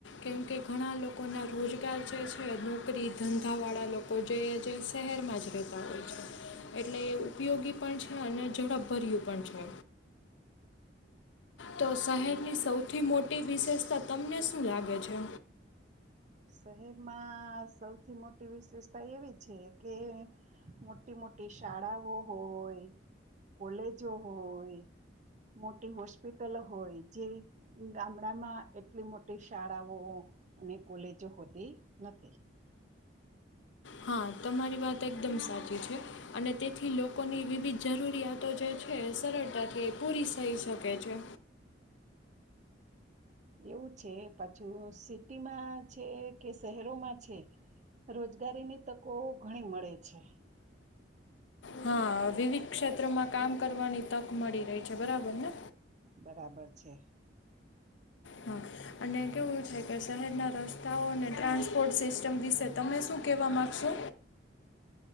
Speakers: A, on the left; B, on the right.
A: કેમકે ઘણા લોકોના રોજગાર જે છે નોકરી ધંધાવાળા લોકો લોકો જેઈએ જે શહેરમાં જ રહેતા હોય છે એટલે એ ઉપયોગી પણ છે અને ઝડપભર્યું પણ છે તો શહેરની
B: હા
A: સૌથી મોટી વિશેષતા તમને શું લાગે છે
B: શહેરમાં સૌથી મોટી વિશેષતા એવી છે કે મોટી મોટી શાળાઓ હોય કોલેજો હોય મોટી હોસ્પિટલ હોય જેવી ગામડામાં એટલી મોટી શાળાઓ અને કોલેજ જો હોતી નથી
A: હા તમારી વાત એકદમ સાચી છે અને તેથી લોકોની વિવિધ જરૂરિયાતો જે છે સરળ થ પૂરી સહી સ શકે છે
B: એવું છે પાછું સિટીમાં છે કે શહેરોમાં છે રોજગારીની તકો ઘણી મળે છે
A: હા વિવિધ ક્ષેત્રમાં કામ કરવાની તક મળી રહી છે બરાબર ને
B: બરાબર છે
A: હા અને કેવું છે કે શહેરના રસ્તાઓ અને ટ્રાન્સપોર્ટ સિસ્ટમ વિશે તમે શું કહેવા માગશો